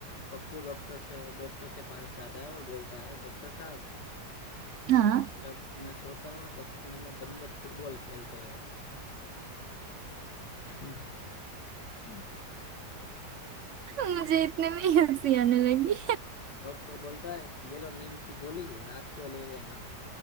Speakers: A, on the left (about 75°); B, on the right (about 60°).
A: पप्पू डॉक्टर से डॉक्टर के पास जाता है और बोलता है डॉक्टर साहब अ,
B: हाँ
A: जब मैं सोता हूँ ना तो सपने में बंदर फुटबॉल खेलते हैं <laughs>
B: मुझे इतने में ही हंसी आने लगी
A: डॉक्टर बोलता है ये लो नींद की गोली रात को ले लेना